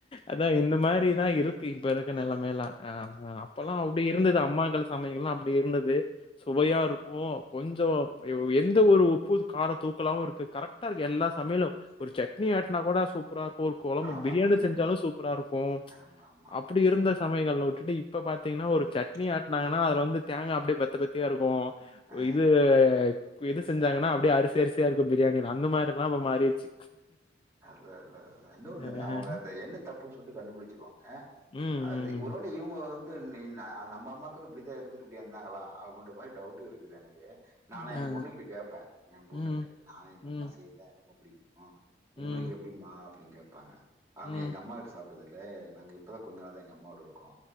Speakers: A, on the left (about 30°); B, on the right (about 15°).
A: அதா இந்த மாரிதா இருக்கு இப்ப இருக்க நிலமையெல்லா அ அ அப்பல்லா
B: ஆமா.
A: அப்டி இருந்தது அம்மாங்கள் கொழந்தைகல்லா அப்டி இருந்தது சுவையா
B: ம்
A: இருக்கு கொஞ்சோ எந்த ஒரு உப்பு கார தூக்கலாவு இருக்கு கரெக் டா இருக்கு எல்லா சமயலு
B: ம்
A: ஒரு சட்னி
B: ஆமா
A: ஆட்டினா கூட சூப்பரா இருக்கு ஒரு கொலம்பு
B: ஆமாங்க,
A: பிரியாணி
B: ஆமாங்க.
A: செஞ்சாலு சூப்பரா இருக்கு
B: ஆமா ஆமா
A: அப்டி இருந்த சமயலகள் விட்டுட்டு இப்ப பாத்தீங்கன்னா ஒரு
B: ம்.
A: சட்னி ஆட் ஆட்டுனாங்கன்னா அதுல வந்து தேங்கா அப்டியே பத்த பத்தயா இருக்கு
B: ஆ
A: இது இது செஞ்சாங்கன்னா அப்டியே அரிசி அரிசியா இருக்கு பிரியாணி அந்த மாரி எல்லா இப்ப மாறிடுச்சு
B: அது அதுதா அதுதா இன்னொண்ணு
A: ஆஹ.
B: அவுங்க அந்த என்ன தப்புன்னு சொல்லிட்டு கண்டுபிடிச்சிருவாங்க
A: ம்,
B: அது
A: ம்.
B: ஒருவ இவுங்க வந்து நி நா நம்ம அம்மாக்கள்ளு இப்டித்தா இருந்துட்டு இப்டி வந்தாங்களா அப்டின்ற மாரி டவுட்டு இருக்குது எனக்கு நா ஆன
A: ஆ.
B: என் பொண்ணுகிட்ட கேட்பே என் பொண்ணுகிட்ட
A: ம்,
B: நா எங்க
A: ம்,
B: அம்மா செய்யதுத எனக்கு ரொம்ப புடிக்கு
A: ம்,
B: உங்களுக்கு எப்டிமா அப்டின்னு கேக்ப்பாங்க அவுங்க
A: ம்,
B: எங்க அம்மா விட்டு சாப் டுகே நாங்க இப்பதா கொஞ்ச நாள் தா எங்க அம்மாவோட இருக்கோ